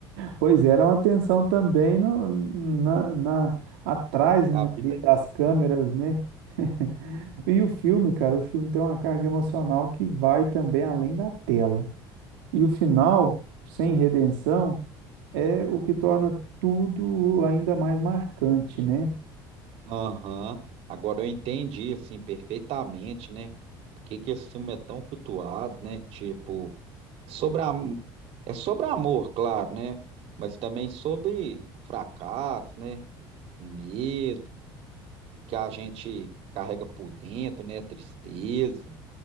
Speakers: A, on the right; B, on the right.
A: Pois é, era uma atenção também no, na, na- atrás, né,
B: da vida.
A: ali das câmeras, né? <laughs> E o filme, cara, o filme tem uma carga emocional que vai também além da tela. E o final, sem redenção, é o que torna tudo ainda mais marcante, né?
B: Aham. Agora eu entendi, assim, perfeitamente, né? Por que que esse filme é tão cultuado, né? Tipo, é sobre a... é sobre amor, claro, né? Mas também sobre fracasso, né? O medo que a gente carrega por dentro, né? A tristeza.